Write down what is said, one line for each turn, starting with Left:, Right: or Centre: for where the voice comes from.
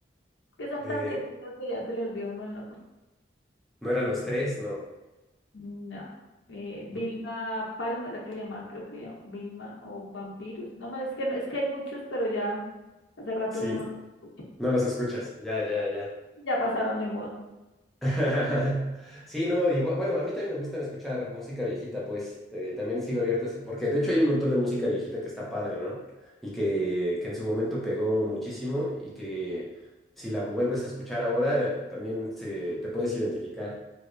Left: que son
Centre: de,
Left: tan viejitos que ya se le olvidó a uno el nombre.
Centre: ¿no eran los tres? No.
Left: No. Eh, Vilma
Centre: ¿no?
Left: Palma era que se llamaba, creo que ya, Vilma o Vampiros. No más, es que, no- es que hay muchos, pero ya hace rato
Centre: Sí,
Left: uno no los escucha.
Centre: no los escuchas. Ya, ya, ya.
Left: Ya pasaron de moda.
Centre: <laughs> Sí, no, igual, bueno, a mí también me gusta escuchar música viejita, pues eh, también sigo abierto, a eso, porque de hecho hay un montón de música viejita que está padre, ¿no? Y que, que en su momento pegó muchísimo y que si la vuelves a escuchar ahora, eh, también se, te puedes identificar.